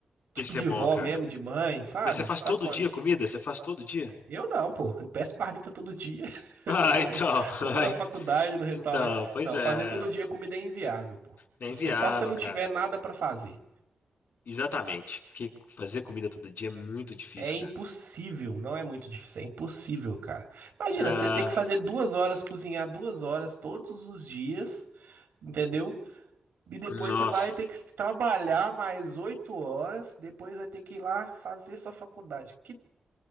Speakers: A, on the right; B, on the left.
A: Tipo
B: Isso
A: de
B: é bom,
A: vó
B: cara.
A: mesmo, de mãe, sabe?
B: Mas você faz
A: Sabe
B: todo
A: quando?
B: dia comida? Você faz todo dia?
A: Eu não, pô. Eu peço marmita todo dia. <laughs>
B: Ah,
A: Eu como,
B: então. <laughs>
A: como
B: Ai,
A: na faculdade, no restaurante.
B: Então, pois
A: Não,
B: é.
A: fazer todo dia comida é inviável, pô.
B: É
A: Se
B: inviável,
A: você, só se você não
B: cara.
A: tiver nada pra fazer.
B: Exatamente. Porque fazer comida todo dia é muito difícil,
A: É impossível,
B: cara.
A: não é muito difícil, é impossível, cara. Imagina,
B: Ah,
A: você ter que fazer duas horas, cozinhar duas horas todos os dias, entendeu? E depois
B: nossa.
A: você vai ter que trabalhar mais oito horas, depois vai ter que ir lá fazer sua faculdade. Que